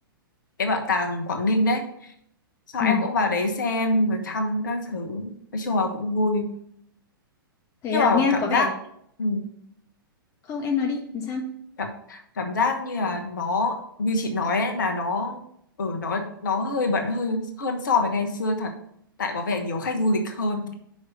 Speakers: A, on the left (about 55°); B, on the left (about 25°).
A: cái bảo tàng Quảng Ninh đấy xong
B: ừ
A: em cũng vào đấy xem rồi thăm các thứ nói chung là cũng vui
B: thế
A: nhưng
B: à,
A: mà
B: nghe
A: cảm
B: có
A: giác
B: vẻ
A: ừ.
B: không em nói đi làm sao
A: cảm cảm giác như là nó như chị nói ấy, là nó ở nó nó hơi bận hơi hơn so với ngày xưa thật tại có vẻ nhiều khách du lịch hơn